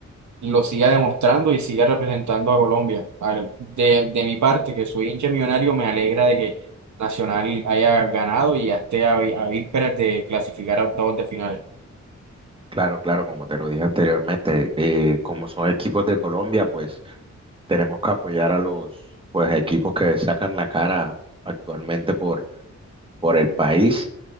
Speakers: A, on the right; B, on the right.
A: lo siga demostrando y siga representando a Colombia. Al- De, de mi parte, que soy hincha millonario, me alegra de que Nacional haya ganado y ya esté a, vi- a vísperas de clasificar a octavos de finales.
B: Claro, claro, como te lo dije anteriormente, eh, como son equipos de Colombia, pues tenemos que apoyar a los pues, equipos que sacan la cara actualmente por por el país.